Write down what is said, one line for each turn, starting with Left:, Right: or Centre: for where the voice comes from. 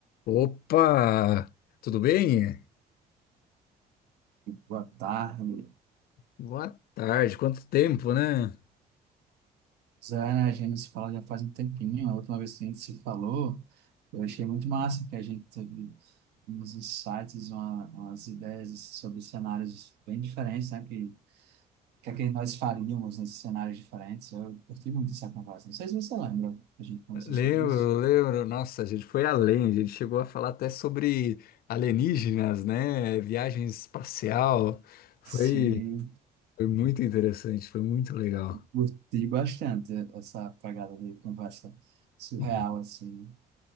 Left: Opa! Tudo bem?
Right: Boa tarde.
Left: Boa tarde, quanto tempo, né?
Right: Zana, a gente se fala já faz um tempinho. A última vez que a gente se falou, eu achei muito massa que a gente teve uns insights, uma, umas ideias sobre cenários bem diferentes, né? Que, que, é que nós faríamos nesses cenários diferentes. Eu curti muito essa conversa. Não sei se você lembra que a gente conversou
Left: Lembro,
Right: sobre isso.
Left: lembro. Nossa, a gente foi além, a gente chegou a falar até sobre alienígenas, né? Viagem espacial. Foi,
Right: Sim,
Left: foi muito interessante, foi muito legal.
Right: curti bastante essa pegada de conversa surreal,
Left: Hum.
Right: assim.